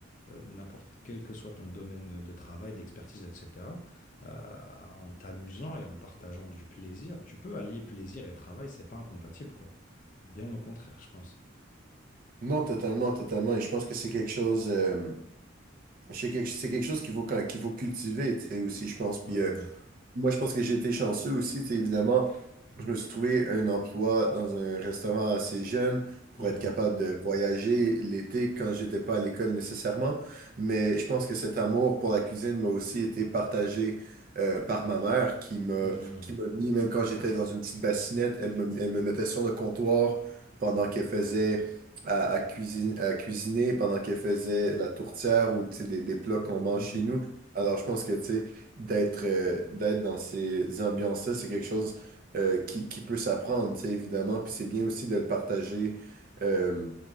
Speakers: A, on the left (about 40°); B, on the right (about 45°).
A: euh, n'importe quel que soit ton domaine de travail, d'expertise, etc., euh, en t'amusant et en partageant du plaisir, tu peux allier plaisir et travail, c'est pas incompatible, quoi. Bien au contraire, je pense.
B: Non, totalement, totalement. Et je pense que c'est quelque chose, euh, c'est quelque, c'est quelque chose qu'il faut, qu'il faut cultiver, tu sais, aussi, je pense. Puis,
A: Mhm,
B: euh, Moi, je pense que j'ai été chanceux aussi. Tu sais, évidemment, je me suis trouvé un emploi dans un restaurant assez jeune pour
A: mhm,
B: être capable de voyager l'été quand j'étais pas à l'école nécessairement. Mais je pense que cet amour pour la cuisine m'a aussi été partagé euh, par ma mère qui m'a
A: mhm,
B: qui m'a mis, même quand j'étais dans une petite bassinette, elle me, elle me mettait sur le comptoir pendant qu'elle faisait à, à cuisine, à cuisiner, pendant qu'elle faisait la tourtière ou tu sais, des, des plats qu'on mange
A: mhm.
B: chez nous. Alors, je pense que tu sais, d'être euh, d'être dans ces ambiances-là, c'est quelque chose euh, qui, qui peut s'apprendre, tu sais, évidemment. Puis c'est bien aussi de le partager, euh,